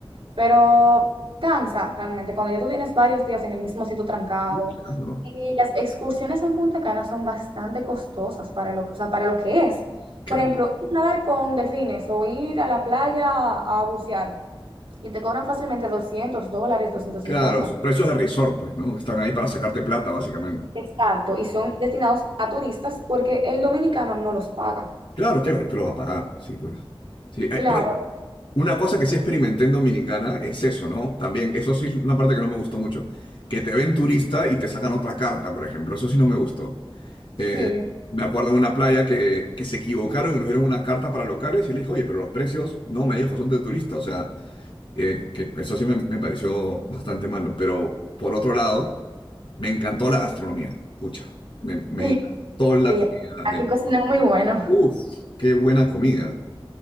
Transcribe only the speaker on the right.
pero cansa realmente cuando ya tú tienes varios días en el mismo sitio trancado.
Y las excursiones en Punta Cana son bastante costosas para lo, o sea, para lo que es.
Por ejemplo, ir a nadar con delfines o ir a la playa a bucear y te cobran fácilmente 200 dólares, doscientos
cincuenta
Exacto, y son destinados a turistas porque el dominicano no los paga.
Claro,
sí.
<laughs>
Sí,
aquí
cocinan muy bueno.